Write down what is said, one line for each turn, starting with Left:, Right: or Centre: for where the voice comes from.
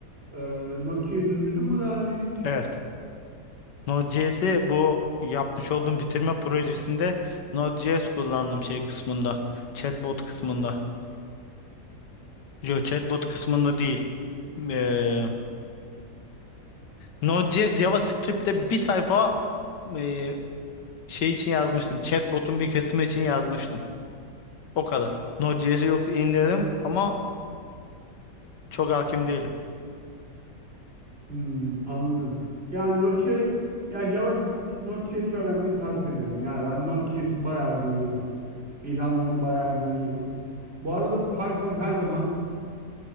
Right: Ee, Node.js'i duydun mu daha önce hiç?
Left: Evet. Node.js'i bu yapmış olduğum bitirme projesinde Node.js kullandım şey kısmında. Chatbot kısmında. Yo, chatbot kısmında değil. Ee, Node.js JavaScript'te bir sayfa e, şey için yazmıştım. Chatbot'un bir kısmı için yazmıştım. O kadar. Node.js'i yoksa indirdim ama çok hakim değilim.
Right: Hmm, anladım. Yani Node.js, ya JavaScript Node.js öğrenmeyi tavsiye ederim. Yani ben Node.js'i bayağı görüyorum. İlanlarını bayağı görüyorum. Bu arada Python her zaman